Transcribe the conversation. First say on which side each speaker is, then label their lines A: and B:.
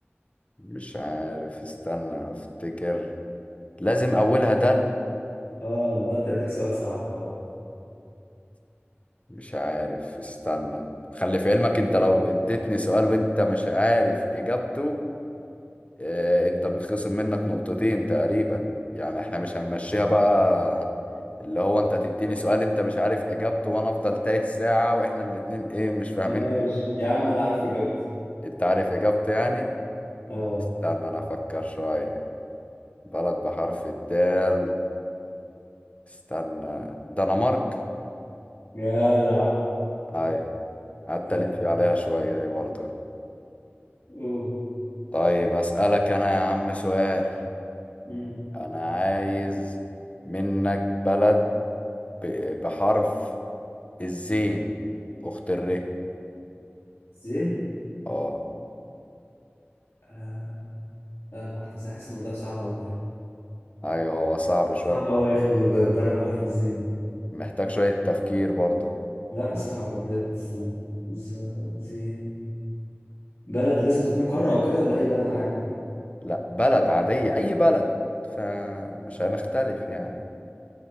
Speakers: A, on the left (about 30°); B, on the left (about 80°).
A: مش عارف استنى افتكر لازم اولها دال
B: اه أنا قلت أديك سؤال صعب بقى
A: مش عارف استنى خلي في علمك انت لو اديتني سؤال وانت مش عارف اجابته آه، انت بتخصم منك نقطتين تقريبا يعني احنا مش هنمشيها بقى اللي هو انت تديني سؤال انت مش عارف اجابته وانا افضل تايه ساعة واحنا الاتنين ايه مش فاهمين
B: ماشي يا عم أنا عارف إجابته
A: انت عارف اجابته يعني
B: اه
A: استنى انا افكر شوية بلد بحرف الدال استنى دنمارك
B: جدع
A: اي قعدت
B: جدع
A: الف عليها شوية دي برضه
B: أوه
A: طيب اسألك انا يا عم سؤال
B: مم.
A: انا عايز منك بلد ب- بحرف الزين أخت الره
B: زين
A: اه
B: آه. بلد بحرف الزين حاسس الموضوع صعب أوي
A: أيوه هو صعب شوية
B: صعب أوي يا أخي ب- بلد بحرف الزين
A: محتاج شوية تفكير برضه
B: لا صعبة بجد استنى ز... زين بلد لازم تكون قارة أو كده ولا أي بلد عادي؟
A: لا بلد عادية أي بلد فمش هنختلف يعني